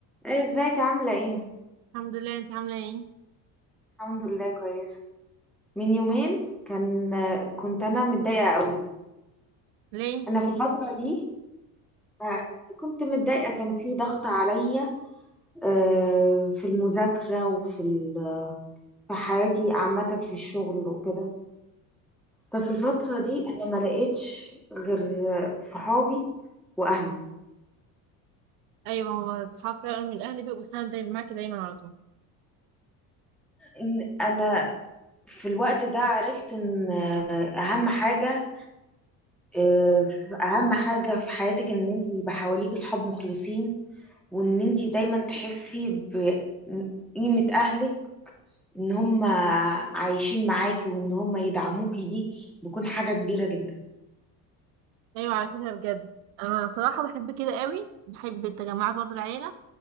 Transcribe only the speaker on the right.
الحمد لله انت عامله ايه
ليه
ايوه هو اصحاب فعلا من الاهل بيبقوا سند دايما معاكي دايما على طول
ايوه على فكره بجد انا صراحه بحب كده قوي بحب التجمعات برضه العيله